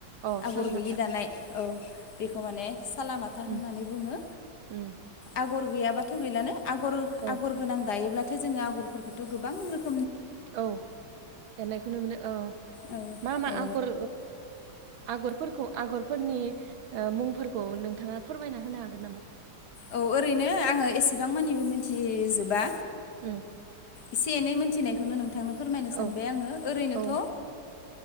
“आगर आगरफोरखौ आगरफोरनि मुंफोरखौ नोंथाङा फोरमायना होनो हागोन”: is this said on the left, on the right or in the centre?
Right